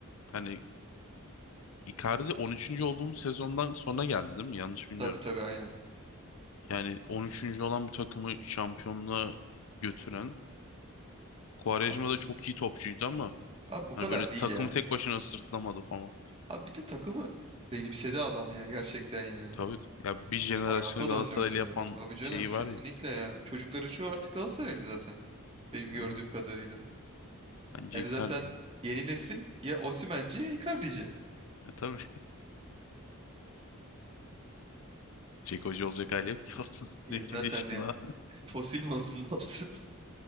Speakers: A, on the left; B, on the right.
A: hani Icardi 13. olduğumuz sezondan sonra geldi değil mi? Yanlış bilmiyorum.
B: Tabii tabii aynen.
A: Yani 13. olan bir takımı şampiyonluğa götüren Quaresma
B: Abi,
A: da çok iyi topçuydu ama
B: abi bu kadar
A: hani böyle
B: değil
A: takımı
B: ya.
A: tek başına sırtlamadı falan.
B: Abi bir de takımı benimsedi adam ya gerçekten yani.
A: Tabii ya bir jenerasyonu
B: Hayata
A: Galatasaraylı
B: döndürdü ya.
A: yapan
B: Tabii canım
A: şeyi
B: kesinlikle
A: var ya.
B: ya. Çocukların çoğu artık Galatasaraylı zaten. Benim gördüğüm
A: Aynen.
B: kadarıyla.
A: Bence
B: Yani
A: Icardi.
B: zaten
A: ya.
B: yeni nesil ya Osimhen'ci ya Icardi'ci.
A: E tabii. Jack Hoca olacak hali yok ki <laughs> 38
B: E zaten
A: yaşında.
B: yani <laughs> fosil mi olsun ne yapsın?